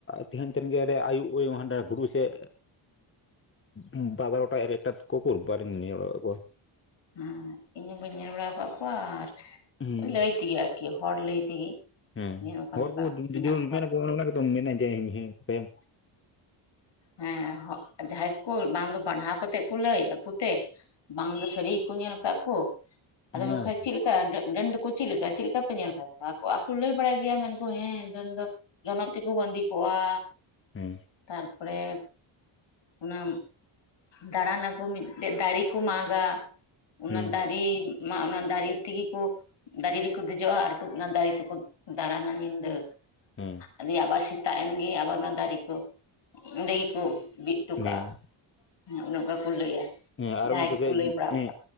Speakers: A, on the left (about 25°); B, on the left (about 60°).
A: ᱛᱮᱦᱮᱧ ᱛᱮᱱᱜᱮ ᱟᱭᱩᱵ ᱳᱭ ᱦᱟᱸ <unintelligible> ᱥᱮᱜ ᱩᱸ ᱵᱟ-ᱵᱟᱨᱚᱴᱟ ᱮᱠ-ᱮᱠᱴᱟ ᱠᱚ ᱠᱩᱨ ᱵᱟᱞᱤᱧ ᱧᱮᱞ ᱵᱟ ᱠᱟᱜ ᱠᱚᱣᱟ ᱾
B: ᱦᱮᱸ ᱤᱧ ᱦᱚᱸ ᱵᱟᱹᱧ ᱧᱮᱞ ᱵᱟᱲᱟ ᱠᱟᱜ ᱠᱚᱣᱟ ᱟᱨ
A: ᱦᱩᱸ
B: ᱞᱟᱹᱭ ᱛᱮᱜᱮ ᱟᱨᱠᱤ ᱦᱚᱲ ᱞᱟᱹᱭ ᱛᱮᱜᱮ
A: ᱦᱮᱸ
B: ᱡᱮ ᱱᱚᱝᱠᱟ
A: ᱦᱚᱲ
B: ᱱᱚᱝᱠᱟ
A: ᱠᱩ
B: ᱢᱮᱱᱟᱜ
A: ᱡᱳ-ᱡᱳᱨ
B: ᱠᱚᱣᱟ
A: ᱢᱮᱱᱟ ᱚ-ᱚᱱᱟ ᱜᱮᱛᱚ ᱢᱮᱱᱮ ᱡᱮ <unintelligible>
B: ᱦᱮᱸ ᱡᱟᱦᱟᱸᱭ ᱠᱚ ᱵᱟᱝ ᱫᱚ ᱵᱟᱱᱦᱟᱣ ᱠᱟᱛᱮᱜ ᱠᱚ ᱞᱟᱹᱭ ᱟᱠᱚ ᱛᱮ᱾ ᱵᱟᱝ ᱫᱚ ᱥᱟᱹᱨᱤ ᱜᱮᱠᱩ ᱧᱮᱞ ᱠᱟᱜ ᱠᱚ ᱟᱫᱚ
A: ᱚᱱᱟ
B: ᱢᱮᱱᱠᱷᱟᱡ
A: ᱜᱮᱛᱚ
B: ᱪᱮᱜ <unintelligible> ᱰᱟᱸ-ᱰᱟᱹᱱ ᱫᱚᱠᱚ ᱪᱮᱜ ᱞᱮᱠᱟ ᱪᱮᱜ ᱞᱮᱠᱟ ᱯᱮ ᱧᱮᱞ ᱠᱟᱜ ᱠᱚᱣᱟ ᱟᱠᱚ ᱟᱠᱚ ᱞᱟᱹᱭ ᱵᱟᱲᱟᱭ ᱜᱮᱭᱟ ᱢᱮᱱᱠᱩ ᱦᱮᱸ ᱰᱟᱹᱱ ᱫᱚ ᱡᱚᱱᱚᱜ ᱛᱮᱠᱚ ᱵᱟᱸᱫᱮ ᱠᱚᱜᱼᱟ
A: ᱦᱮᱸ
B: ᱛᱟᱨᱯᱚᱨᱮ ᱚᱱᱟ ᱫᱟᱲᱟᱱᱟᱠᱚ ᱢᱤᱫᱴᱮᱡ ᱫᱟᱨᱮ ᱠᱚ ᱢᱟᱜᱟ, ᱚᱱᱟ
A: ᱦᱮᱸ
B: ᱫᱟᱨᱮ ᱢᱟ ᱚᱱᱟ ᱫᱟᱨᱮ ᱛᱤᱜᱤ ᱠᱚ ᱫᱟᱨᱮ ᱨᱮᱠᱚ ᱫᱮᱡᱚᱜᱼᱟ ᱟᱨ ᱚᱱᱟ ᱫᱟᱨᱮ ᱛᱮᱠᱚ ᱫᱟᱲᱟᱱᱟ ᱱᱤᱫᱟᱹ᱾
A: ᱦᱮᱸ
B: ᱟᱫᱭᱮ ᱟᱵᱟᱨ ᱥᱮᱛᱟᱜ ᱮᱱᱜᱮ ᱟᱵᱟᱨ ᱚᱱᱟ ᱫᱟᱨᱮ ᱠᱚ ᱚᱸᱰᱮ ᱜᱮᱠᱚ ᱵᱤᱫ ᱦᱚᱴᱚ ᱠᱟᱜᱼᱟ᱾
A: ᱦᱮᱸ
B: ᱦᱮᱸ ᱚᱱᱠᱟ ᱠᱚ ᱞᱟᱹᱭᱟ᱾
A: ᱦᱮᱸ ᱟᱨ
B: ᱡᱟᱦᱟᱸᱭ
A: ᱢᱮᱱᱟ ᱠᱚ
B: ᱜᱮᱠᱚ
A: ᱡᱮ
B: ᱞᱟᱹᱭ ᱵᱟᱲ
A: ᱦᱮᱸ
B: ᱟᱠᱟᱫ